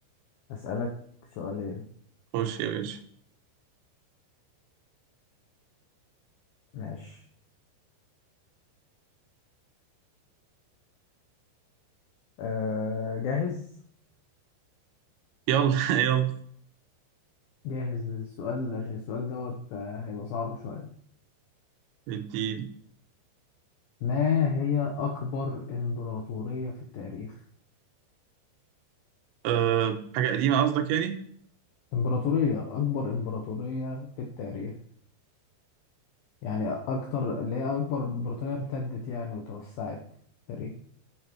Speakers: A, on the left (about 75°); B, on the right (about 80°).
A: اسألك سؤالين
B: خش يا باشا
A: ماشي أه جاهز
B: يلا <laughs> يلا
A: جاهز للسؤال عشان السؤال دوت آه، هيبقى صعب شوية
B: الدين
A: ما هي أكبر إمبراطورية في التاريخ؟
B: آه حاجة قديمة قصدك يعني
A: إمبراطورية أكبر إمبراطورية في التاريخ يعني أكتر اللي هي أكبر إمبراطورية امتدت يعني وتوسعت في التاريخ